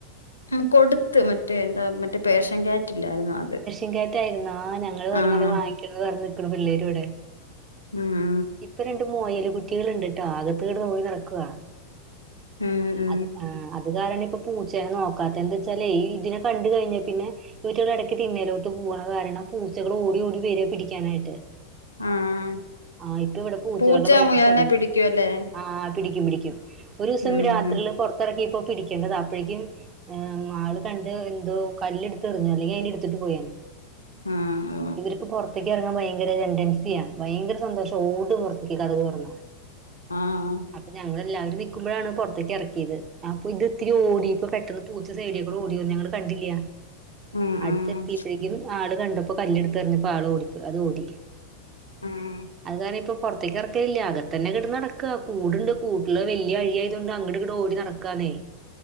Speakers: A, on the left; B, on the right.
A: മ് കൊട്ത്ത് മറ്റേ എന്താ മറ്റേ പേഷം കേറ്റില്ലായിരുന്നോ അത്.
B: ങ്കേറ്റ ആയിര്ന്നോ ഞങ്ങള് <unintelligible>
A: ആഹ്
B: വാങ്ങിക്കണന്ന് പർഞ്ഞ നിക്ക്ണ പിള്ളേര് ഇവടെ.
A: ആഹ്
B: ഇപ്പ രണ്ട് മോയൽ കുട്ട്യൾ ണ്ട്ട്ടോ ആകത്ത്കട്ന്ന് <unintelligible> നട്ക്കുവ.
A: ഉം ഉം
B: അഹ് ആഹ് അത് കാരണം ഇപ്പ പൂച്ചെനെ നോക്കാത്ത എന്താ ച്ചാല് ഈ ഇതിനെ കണ്ട് കഴിഞ്ഞാൽ പിന്നെ ഇവറ്റടെ എടക്ക് തിന്നലോട്ട് പോവണ കാരണം പൂച്ചകൾ ഓടി ഓടി വരെ പിടിക്കാനായിട്ട്.
A: ആഹ്
B: ആഹ് ഇപ്പ ഇവിടെ പൂച്ചകളുടെ
A: പൂച്ച
B: ഭയങ്കര
A: മുയലിനെ
B: ശല്യ
A: പിടിക്കുവല്ലേ
B: ആഹ് പിടിക്കും പിടിക്കും ഒരു ദിവസം
A: ഉം
B: രാത്രിയില് ഇത്തിറക്കി ഇപ്പോ പിടിക്കെണ്ടത് അപ്പോഴേക്കും് ആള് കണ്ട് എന്തോ കല്ലടുത്ത്റിഞ്ഞോ അല്ലെങ്കിൽ അതിടു ത്തിട്ട് പോയാണ്
A: ആഹ്
B: ഇവർക്ക് പുറത്തേക്ക് ഇറങ്ങാൻ ഭയങ്കര ടെന്റൻസിയാ ഭയങ്കര സന്തോഷം ഓടും പുറത്തേക്ക് കടക്റ
A: ആഹ് ആഹ്
B: അപ്പൊ ഞങ്ങള് എല്ലാവർ നിക്കുമ്പോഴാണ് പുറത്തേക്ക് ഇറക്കിയത് അപ്പൊ ഇത്ത്തിരി ഓടിപ്പോ പെട്ട പൂച്ച സൈഡിയൊക്കൂ ഓടി ഞങ്ങള് കണ്ടില്ല
A: ഉം ഉം
B: അടുത്തെത്തിയപ്പോഴേക്കും ആള് കണ്ടപ്പോ കല്ല് എടുത്ത്റിഞ്ഞപ്പോ ആള് ഓടി് അത് ഓടി
A: ഉം
B: അത് കാര ഇപ്പൊ പുറത്തേക്ക് ഇറക്കല്ലേ അകത്തന്നെ ഇട നടക്ക കൂടുണ്ട് കൂട്ടില് വല്ല്യ അഴിയ ആയതുകൊണ്ട് അങ്ങട്ട ഇട്ട് ഓടി നടക്കാന്നെ